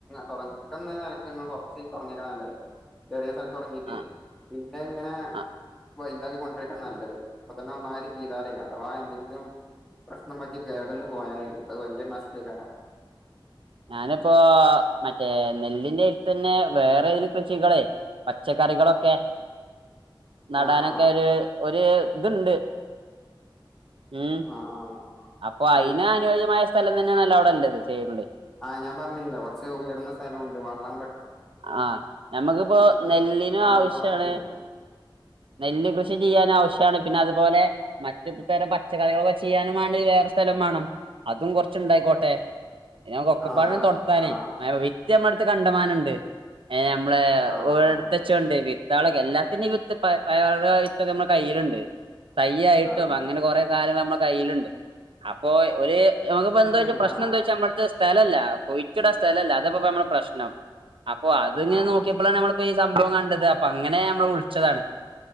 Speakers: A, in the centre; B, on the right.
A: തുടക്കുന്ന നിലക്കങ്ങൾ കുറച്ച് തുടങ്ങിട്ട നല്ലത് ചെറിയ സ്ഥലത്ത് തുടങ്ങീട്ട്
B: ആഹ്
A: പിന്നെ ഇങ്ങനെ
B: ആഹ്
A: വലുതാക്കി കൊണ്ടരാൻ നല്ലത് അപ്പൊ തന്നെ ഒന്നായര് ചെയ്താലേ അഥവാ എന്തെങ്കിലും പ്രശ്നം പറ്റി കേടന്ന പോയാല അത് വലിയ നഷ്ടകാരാണ്
B: ഞാനിപ്പോ മറ്റേ നെല്ലിന്റെ അടുത്ത് തന്നെ വേറെ ഏതിലും കൃഷികളേ പച്ചക്കറികളൊക്കെ നടാനൊക്കെ
A: ആഹ് ആഹ്
B: ഒരു ഒരു ഇതുണ്ട് ഉം
A: ആഹ് ആഹ്
B: അപ്പൊ
A: ഉദ്ദേശിക്ക്ണ്ട്
B: അയ്ന് അനുയോജ്യമായ സ്ഥലം തന്നെയണല്ല അവിടെല്ലത് ചെയ്യണ്ട
A: ആ ഞാൻ പറഞ്ഞില്ല കുറച്ച് ഉയർന്ന സ്ഥലമുണ്ട് വള്ളം
B: ആ നമ്മക്കിപ്പോ
A: നിങ്ങൾക്ക്
B: നെല്ലിനും
A: വേണ്ടതുപോലെ
B: ആവശ്യമാണ്
A: ചെയ്യാം
B: നെല്ല് കൃഷി ചെയ്യാൻ ആവശ്യമാണ് പിന്നെ അതുപോലെ മറ്റ പേരെ പച്ചക്കറികളൊക്കെ ചെയ്യാനും വേണ്ട വേറെ സ്ഥലം വേണം അതും കുറച്ച് ഉണ്ടായിക്കോട്ടെ നമക്ക് ഒക്കപ്പാടം
A: ആഹ്
B: തൊടത്താനേ
A: ആഹ്
B: വിറ്റ് നമ്മ അടുത്ത് കണ്ടമാനം ഉണ്ട് നമ്മള്
A: ആഹ്
B: എടുത്തച്ചോണ്ട്
A: ആഹ്
B: ഇളൊക്കെ എല്ലാത്തിനും ഇക്കെ നമ്മുടെ കയ്യിലുണ്ട് തയ്യയിട്ടും
A: ആഹ് ആഹ്
B: അങ്ങനെ കൊറെ കാര്യങ്ങള് നമ്മുടെ കയ്യിലുണ്ട് അപ്പോ ഒരു നമുക്കിപ്പോ എന്താ
A: തന്നെയാണ്
B: വെച്ചാ പ്രശ്ന
A: ഞാൻ
B: എന്താ വെച്ചാ നമ്മടത്തെ സ്ഥലല്ല കൊഴിച്ചൂട സ്ഥലല്ല അതപ്പ നമ്മടെ പ്രശ്നം ഓ അത്ങ്ങനെ
A: ആഹ്
B: നോക്കിയപ്പോഴാണ് നമ്മളപ്പോ ഈ സംഭവം കണ്ടത് അപ്പൊ അങ്ങനെ നമ്മൾ വിളിച്ചതാണ്